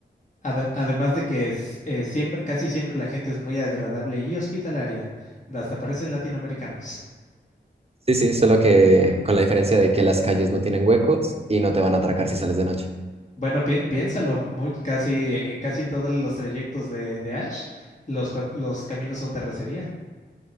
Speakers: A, on the left; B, on the right.
A: Adem- además de que es, eh, siempre, casi siempre la gente es muy agradable y hospitalaria, hasta parecen latinoamericanos.
B: Sí, sí, solo que con la diferencia de que las calles no tienen huecos y no te van a atracar si sales de noche.
A: Bueno, pi- piénsalo, muy, casi, eh, casi en todos los trayectos de, de Ash, los, pe- los caminos son terracería.